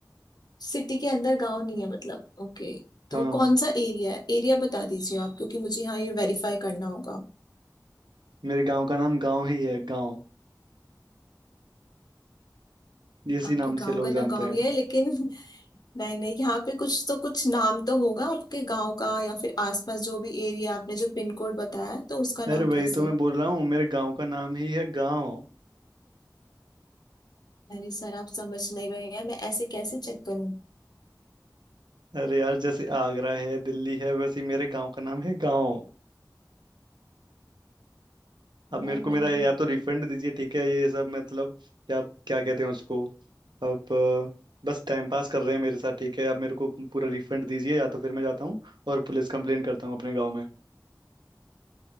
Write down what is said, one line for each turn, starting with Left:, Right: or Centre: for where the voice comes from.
Left: सिटी के अंदर गांव नहीं है मतलब ओके तो
Right: हाँ
Left: कौन सा एरिया है एरिया बता दीजिए आप क्योंकि मुझे यहाँ ये वेरीफाई करना होगा
Right: मेरे गाँव का नाम गाँव ही है गाँव इसी
Left: आपके
Right: नाम
Left: गांव
Right: से लोग
Left: का
Right: जानते
Left: ना गांव
Right: हैं
Left: ही है लेकिन <laughs> नहीं नहीं यहाँ पे कुछ तो कुछ नाम तो होगा आपके गांव का या फिर आसपास जो भी एरिया आपने जो पिन कोड बताया है, तो उसका
Right: अरे
Left: नाम
Right: भाई
Left: कैसे
Right: तो मैं
Left: है
Right: बोल रहा हूँ मेरे गांव का नाम ही है गांव
Left: अरे सर आप समझ नहीं रहे हैं मैं ऐसे कैसे चेक करूँ
Right: अरे यार जैसे आगरा है दिल्ली है वैसे ही मेरे गांव का नाम है गांव अब
Left: नहीं
Right: मेरे को
Left: नहीं
Right: मेरा या तो रिफंड दीजिए ठीक है ये सब मतलब क्या क्या कहते हैं उसको अब अ, बस टाइम पास कर रहे हैं मेरे साथ ठीक है आप मेरे को पूरा रिफंड दीजिए या तो फिर मैं जाता हूँ और पुलिस कंप्लेन करता हूँ अपने गाँव में